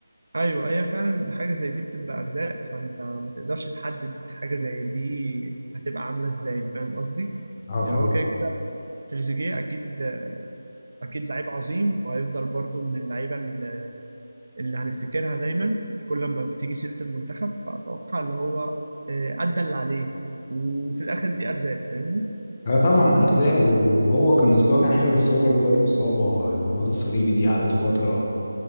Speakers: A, on the right; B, on the left.
A: ايوه هي فعلا حاجه زي دي بتبقى ارزاق فانت ما تقدرش تحدد حاجه زي دي هتبقى عامله ازاي فاهم قصدي
B: اه
A: يعني
B: طبعا
A: هو كده كده تريزيجيه اكيد اكيد لعيب عظيم وهيفضل برضو من اللعيبه اللي اللي هنفتكرها دايما كل ما بتيجي سيره المنتخب فاتوقع اللي هو آه، ادى اللي عليه وفي الاخر دي ارزاق فاهمني
B: اه طبعا ارزاق وهو كان مستواه كان حلو بس هو برضه جاله اصابه الرباط الصليبي دي قعدته فتره